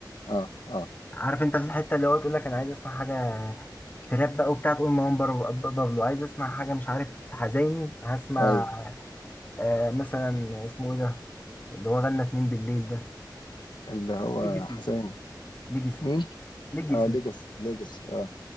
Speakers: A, on the left; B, on the left.
A: اه اه
B: عارف انت في الحته اللي هو تقول لك انا عايز اسمع حاجه تراب بقى وبتاع تقول مروان بر- ب- بابلو عايز اسمع حاجه مش عارف حزيني هسمع
A: ايوه
B: آه مثلا اسمه ايه ده اللي هو غنى اتنين بالليل ده
A: اللي هو
B: ليجاسي
A: حسين
B: ليجاسي
A: مين
B: ليجاسي
A: اه ليجاسي ليجاسي اه